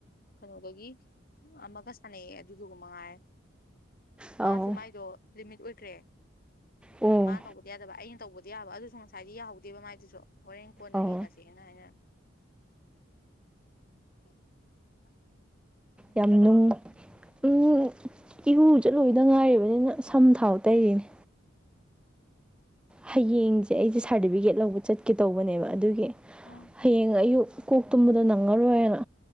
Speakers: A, on the left; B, in the centre.
A: ꯀꯩꯅꯣꯗꯒꯤ ꯑꯃꯒ ꯁꯥꯟꯅꯩꯑꯦ ꯑꯗꯨꯗꯨꯒ ꯃꯉꯥꯏꯔꯦ꯫
B: ꯑꯧ
A: ꯃꯥꯁꯨ ꯃꯥꯏꯗꯣ ꯂꯤꯃꯤꯠ ꯑꯣꯏꯈ꯭ꯔꯦ꯫
B: ꯑꯣ
A: ꯃꯥꯅ ꯇꯧꯕꯗꯤ ꯌꯥꯗꯕ ꯑꯩꯅ ꯇꯧꯕꯗꯤ ꯌꯥꯕ ꯑꯗꯨꯁꯨ ꯉꯁꯥꯏꯗꯤ ꯌꯥꯍꯧꯗꯦꯕ ꯃꯥꯏꯗꯨꯁꯨ꯫ ꯍꯣꯔꯦꯟ ꯀꯣꯟꯅ
B: ꯑꯧ
A: ꯌꯦꯡꯉꯁꯦꯅ ꯍꯥꯏꯅ꯫ ꯎꯝꯝ꯫ <inaudible>
B: ꯌꯥꯝ ꯅꯨꯡ꯫ ꯎꯝ ꯏꯔꯨꯖ ꯂꯣꯏꯗ ꯉꯥꯏꯔꯤꯕꯅꯤꯅ ꯁꯝ ꯊꯥꯎ ꯇꯩꯔꯤꯅꯦ꯫ ꯍꯌꯦꯡꯁꯦ ꯑꯩꯁꯦ ꯁꯥꯔꯇꯤꯐꯤꯀꯦꯠ ꯂꯧꯕ ꯆꯠꯀꯦ ꯇꯧꯕꯅꯦꯕ ꯑꯗꯨꯒꯤ꯫
A: ꯎꯝ
B: ꯍꯌꯦꯡ ꯑꯌꯨꯛ ꯀꯣꯛ ꯇꯨꯝꯕꯗꯣ ꯅꯪꯉꯔꯣꯏꯅ꯫